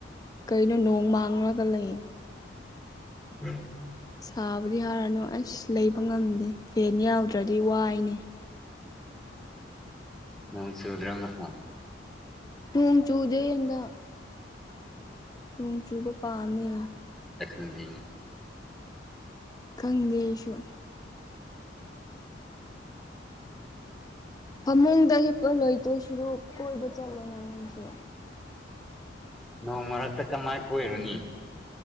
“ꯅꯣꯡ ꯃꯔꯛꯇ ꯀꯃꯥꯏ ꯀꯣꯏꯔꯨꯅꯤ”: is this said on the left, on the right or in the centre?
Centre